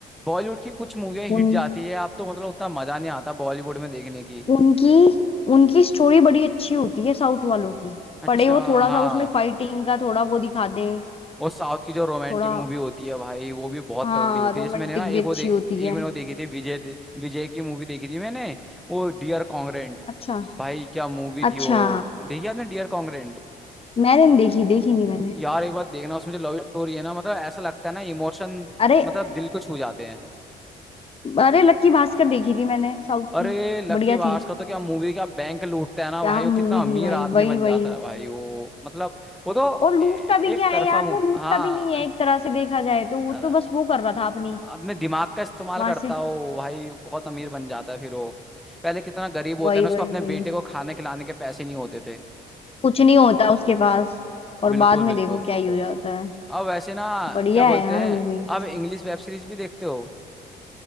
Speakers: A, in the centre; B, on the left.
A: बॉलीवुड की कुछ मूवियाँ हिट
B: उन
A: जाती है अब तो मतलब उतना मजा नहीं आता बॉलीवुड में देखने की
B: उनकी उनकी स्टोरी बड़ी अच्छी होती है साउथ वालों की
A: अच्छा
B: पड़े वो थोड़ा
A: हाँ
B: सा उसमें फाइटिंग का थोड़ा वो दिखा दे
A: वो साउथ की जो रोमांटिक
B: थोड़ा
A: मूवी होती है भाई वो भी बहुत
B: हाँ
A: तगड़ी होती
B: रोमांटिक
A: है जैसे मैंने ना एक
B: भी अच्छी
A: वो दे,
B: होती
A: एक
B: है
A: मैंने वो देखी थी विजय दे- विजय की मूवी देखी थी मैंने वो डियर कॉन्ग्रेंट
B: अच्छा
A: भाई क्या मूवी
B: अच्छा
A: थी वो देखी आपने डियर कॉन्ग्रेंट
B: मैंने नहीं देखी देखी नहीं मैंने
A: यार एक बार देखना उसमें जो लव स्टोरी है ना मतलब ऐसा लगता है ना इमोशन
B: अरे
A: मतलब दिल को छू जाते हैं
B: अरे लक्की भास्कर देखी थी मैंने साउथ
A: अरे
B: की
A: लक्की
B: बढ़िया
A: भास्कर
B: थी
A: का तो क्या मूवी क्या बैंक लूटता है ना
B: क्या
A: भाई वो कितना
B: मूवी
A: अमीर
B: थी भाई
A: आदमी
B: वही
A: बन
B: वही
A: जाता है भाई वो मतलब वो तो
B: और लूटता
A: ए-
B: भी क्या
A: एक
B: है
A: तरफा
B: यार
A: मूवी
B: वो लूटता
A: हाँ
B: भी नहीं है एक तरह से देखा जाए तो वो
A: अ,
B: तो बस वो कर रहा था अपनी
A: अपने दिमाग का इस्तेमाल
B: वहां
A: करता
B: से
A: हो भाई बहुत अमीर बन जाता है फिर वो पहले कितना गरीब
B: वही
A: होता है ना उसको
B: वही
A: अपने
B: वही
A: बेटे को खाने खिलाने के पैसे नहीं होते थे
B: कुछ नहीं होता उसके पास और
A: बिल्कुल
B: बाद में
A: बिल्कुल
B: देखो क्या ही हो जाता है
A: अब वैसे ना
B: बढ़िया
A: क्या बोलते
B: है यार
A: हैं
B: मूवी
A: अब इंग्लिश वेब सीरीज भी देखते हो